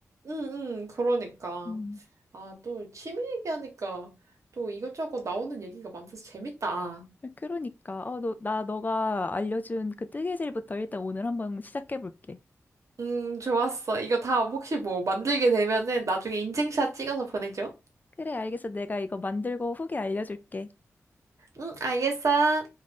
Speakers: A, on the right; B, on the left.
A: 응, 응, 그러니까.
B: 음.
A: 아, 또 취미 얘기하니까 또 이것저것 나오는 얘기가 많아서 재밌다.
B: 그러니까 어, 너, 나 너가 알려준 그 뜨개질부터 일단 오늘 한번 시작해 볼게.
A: 음, 좋았어. 이거 다 혹시 뭐 만들게 되면은 나중에 인증샷 찍어서 보내줘.
B: 그래, 알겠어. 내가 이거 만들고 후기 알려줄게.
A: 응, 알겠어.